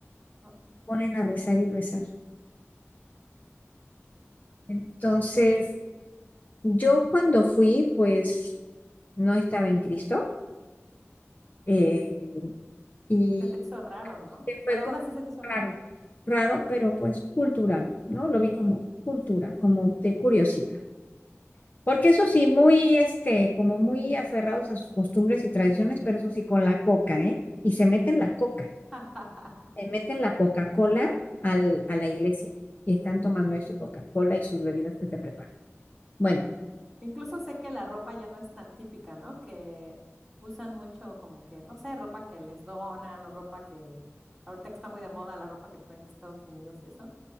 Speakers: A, in the centre; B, on the left.
A: Ah,
B: Ponen a rezar y rezar. Entonces, yo cuando fui, pues no estaba en Cristo eh, y
A: Se te hizo raro, ¿no?
B: que fue
A: Pero aún
B: como
A: así se te hizo
B: raro,
A: raro.
B: raro, pero pues cultural, ¿no? Lo vi como cultura, como de curiosidad. Porque eso sí, muy, este, como muy aferrados a sus costumbres y tradiciones, pero eso sí, con la coca, ¿eh? Y se meten la coca.
A: <laughs>
B: le meten la Coca-Cola al- a la iglesia y están tomando ahí su Coca-Cola y sus bebidas que se preparan. Bueno,
A: Incluso sé que la ropa ya no es tan típica, ¿no? Que usan mucho como que, no sé, ropa que les donan o ropa que ahorita que está muy de moda la ropa que traen de Estados Unidos y eso.